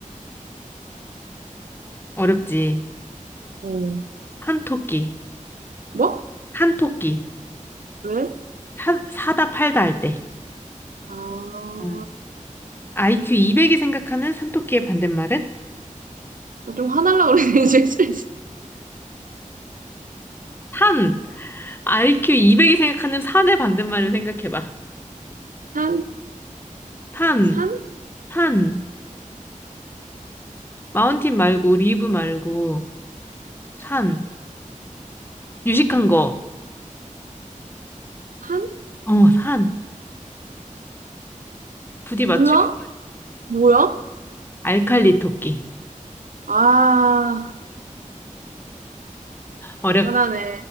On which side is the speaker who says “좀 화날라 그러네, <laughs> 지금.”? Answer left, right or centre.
Right